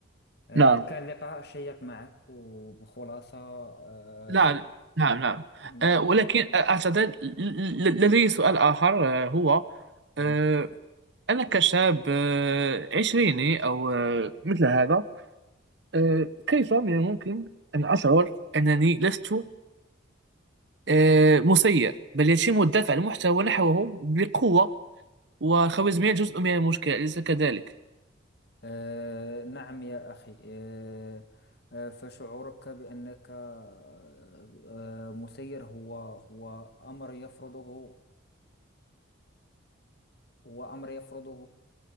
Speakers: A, on the left (about 55°); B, on the right (about 60°).
A: آه،
B: نعم
A: كان لقاء شيق معك وبخلاصة آه،
B: لا نعم نعم
A: م-
B: آه، ولكن آه، أعتقد ل- ل- لدي سؤال آخر آه، هو
A: نعم
B: آه، أنا كشاب آه، عشريني أو آه، مثل هذا آه، كيف من الممكن أن أشعر أنني لست آه، مسير بل يتم الدفع المحتوى ونحوه بقوة وخوارزمية جزء من المشكلة أليس كذلك؟
A: آه نعم يا أخي آه آه فشعورك بأنك آه آه، مسير هو هو أمر يفرضه هو أمر يفرضه